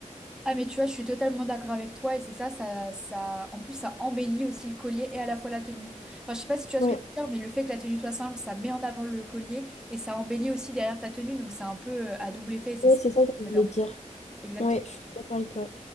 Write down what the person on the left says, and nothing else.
Ouais,
ouais,
c'est ça
que je voulais
dire.
Ouais, je suis d'accord avec toi.